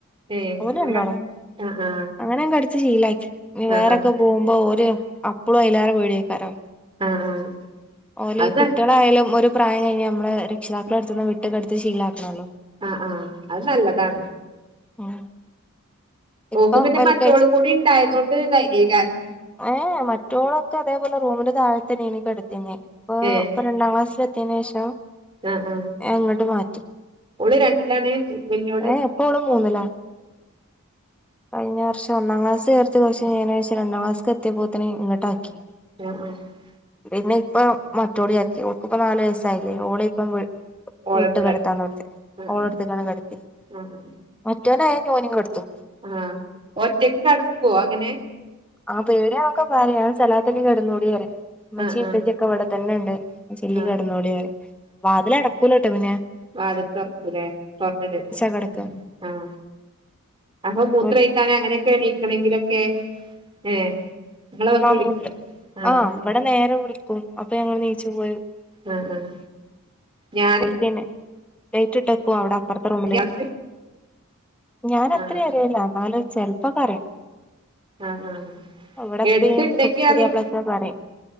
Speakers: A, on the right; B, in the centre.
A: ഏഹ്
B: ഓല്
A: അങ്ങനെ
B: രണ്ടാളും
A: ആഹ്
B: അങ്ങനെ ഞാൻ കടിച്ച് ശീലാക്കി വേറൊക്കെ
A: ആഹ് ആഹ്
B: പോകുമ്പോ ഓര് അപ്പളും അയ്‌ലാറെ പേടിയാക്കേരം
A: ആഹ് ആഹ് ആഹ്
B: ഓല്
A: അത്
B: കുട്ടികളായാലും ഒരു പ്രായം ആയ നമ്മള് രക്ഷിതാക്കള അട്ത്ത്ന്ന് വിട്ട് കട്ത്തി ശീലാക്കണല്ലോ
A: അഹ് ആഹ് അത് നല്ലതാണ്
B: ഉം
A: ഓൾക്ക്
B: ഇപ്പം
A: പിന്നെ
B: എൽ
A: മറ്റോളും
B: കെ ജി
A: കൂടി ഉണ്ടായതൊണ്ട് ദൈര്യാ കേരം
B: ഏഹ് മറ്റോളൊക്കെ അതേപോലെ റൂമിന്റെ താഴെത്തന്നെയ്നി കെടത്തീനേ ഇപ്പൊ
A: ഏഹ്
B: ഇപ്പൊ രണ്ടാം ക്ലാസ്സില എത്തിയതിനേഷം
A: ആഹ് ആഹ്
B: അങ്ങട്ട് മാറ്റി
A: ഓള് രണ്ടിലാണ് വല്യ
B: ഏഹ് ഇപ്പ ഓള് മൂന്നിലാ കഴിഞ്ഞ വർഷം ഒന്നാം ക്ലാസ് ചേർത്ത് പക്ഷേ അയിനേഷം രണ്ടാം ക്ലാസ്ക്ക് എത്തിയപ്പോത്തന് ഇങ്ങട്ട്ആക്കി.
A: <unintelligible>
B: പിന്നെ ഇപ്പ മറ്റോളിയാക്കി ഓക്ക്പ്പൊ നാല് വയസായില്ലേ ഓള ഇപ്പ <unintelligible>
A: ഓളെട്ത്ത്
B: വിട്ട് കെടത്താനോർത്ത്
A: കെട ആഹ്
B: ഓളെടുത്തക്കാണ് കെട്ത്തി
A: ആഹ് ആഹ്
B: മറ്റോനായാ ഇനി ഓനിം കെട്ത്തും
A: ആഹ ഒറ്റക്ക് കടകുവോ അങ്ങനെ?
B: ആ പൊടി യാണൊക്കെ പറയും സലത് ലി കടന്നുകൂടി പറിം. മ്മച്ചി
A: ആഹ്
B: ഇപ്പച്ചിക്കെ
A: ആഹ്
B: വടെ തന്നെ ഉണ്ട് ചെല്ലി
A: ആഹ്
B: കിടന്നോടരെ വാതില അടക്കൂല കേട്ടോ പിനെ
A: വതില് തുറക്കൂലെ തുറന്നിട്
B: കെടക്കാ
A: ആഹ! അഹൊ മൂത്രഴിക്കാന
B: ഓൽ
A: അങ്ങനെയൊക്കെ എണീക്കണെങ്കിലൊക്കെ ഏഹ് നിങ്ങള് വന്ന്
B: മ്മൂട്ട്
A: വിളിക്ക് ആഹ്
B: ആ ഇവിടെ നേരെ വിളിക്കും അപ്പൊ ഞങ്ങൾ നീച്ചു പോയി
A: ആഹ ആഹ ഞാ
B: പിന്നെ ലൈറ്റ് ഇട്ടക്കു അവിടെ അപ്പുറത്തെ റൂമില്.
A: ഇയാൾക്ക്
B: ഞൻത്രയും
A: ആഹ്
B: അറിയില്ല എന്നല് ചെലപ്പോ അറിയും
A: ആഹ ആഹ
B: ഇവിടെ ഇപ്പയും
A: എടുത്ത് ഇണ്ടാക്കി
B: പുതിയാപ്പളൊക്കെ
A: അറിയ
B: പറയും